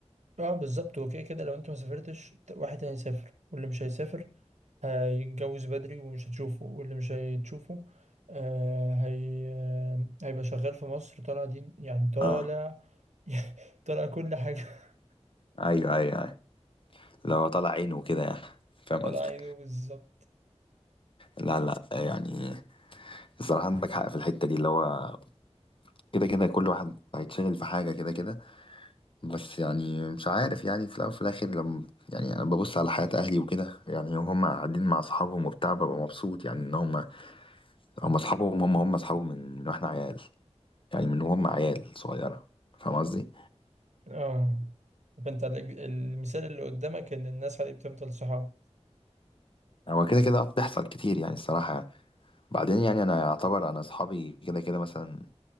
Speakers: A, on the right (about 80°); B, on the left (about 50°).
A: اه بالظبط وكده كده لو انت ما سافرتش واحد تاني يسافر واللي مش هيسافر هيتجوز بدري ومش هتشوفه واللي مش هتشوفه آه هي آه هيبقى شغال في مصر طالع دين يعني طالع
B: اه
A: <laughs> طالع كل حاجة
B: ايوه ايوه ايوه لو طلع عينه وكده يعني فاهم
A: طالع
B: قصدك
A: عينه بالظبط
B: لا لا يعني الصراحة عندك حق في الحتة دي اللي هو كده كده كل واحد هيتشغل في حاجة كده كده بس يعني مش عارف يعني في الأول وفي الآخر لما يعني أنا ببص على حياة أهلي وكده يعني هم قاعدين مع أصحابهم وبتاع ببقى مبسوط يعني إن هم هم اصحابهم هم هم اصحابهم من من واحنا عيال يعني من وهم عيال صغيره فاهم قصدي
A: اه فانت ال- المثال اللي قدامك ان الناس هي بتفضل صحاب
B: هو كده كده اه بتحصل كتير يعني الصراحه بعدين يعني انا يعتبر انا اصحابي كده كده مثلا